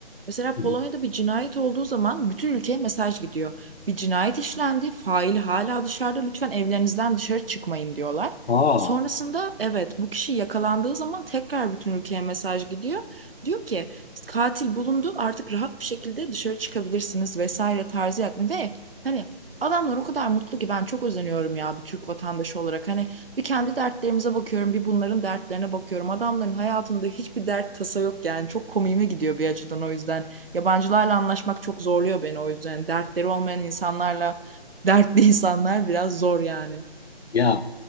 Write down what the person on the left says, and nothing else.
hı
hı.
Aa,
ya